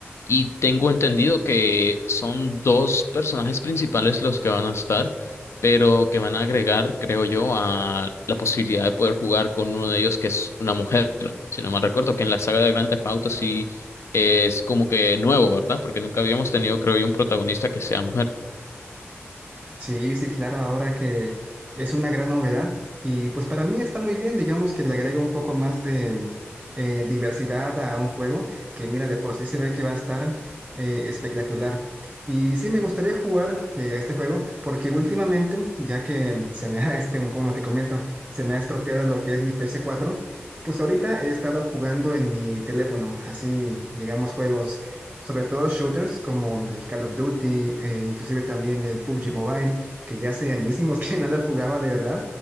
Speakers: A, on the left (about 70°); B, on the right (about 20°).
A: Y tengo entendido que son dos personajes principales los que van a estar pero que van a agregar, creo yo, a la posibilidad de poder jugar con uno de ellos que es una mujer. Si no mal recuerdo, que en la saga de Grand Theft Auto sí es como que nuevo, ¿verdad? Porque nunca habíamos tenido, creo yo, un protagonista que sea mujer.
B: Sí, sí, claro, ahora que es una gran novedad y pues para mí está muy bien, digamos que le agrega un poco más de eh, diversidad a un juego que mira, de por sí se ve que va a estar eh, espectacular. Y sí, me gustaría jugar de este juego porque últimamente, ya que se me ha, <laughs> este, como te comento, se me ha estropeado lo que es mi ps cuatro. pues ahorita he estado jugando en mi teléfono, así, digamos, juegos sobre todo shooters como el Call of Duty, eh, inclusive también el PUBG Mobile, que ya hace añísimos <laughs> que no lo jugaba de verdad,